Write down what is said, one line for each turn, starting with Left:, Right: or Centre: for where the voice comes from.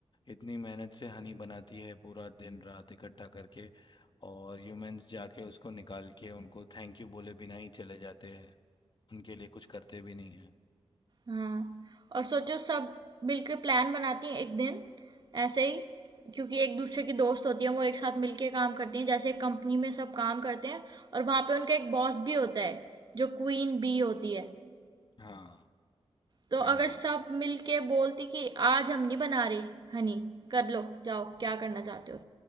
Left: इतनी मेहनत से हनी बनाती है पूरा दिन रात इकट्ठा करके और ह्यूमंस जाके उसको निकाल के उनको थैंक यू बोले बिना ही चले जाते हैं उनके लिए कुछ करते भी नहीं है
Right: हाँ और सोचो सब मिलके प्लान बनाती हैं एक दिन ऐसे ही क्योंकि एक दूसरे की दोस्त होती हैं वो एक साथ मिलके काम करती हैं जैसे एक कंपनी में सब काम करते हैं और वहाँ पे उनका एक बॉस भी होता है जो क्वीन बी होती है
Left: हाँ
Right: तो
Left: क्वीन
Right: अगर
Left: भी
Right: सब मिलके बोलती कि आज हम नहीं बना रहे हनी कर लो जाओ क्या करना चाहते हो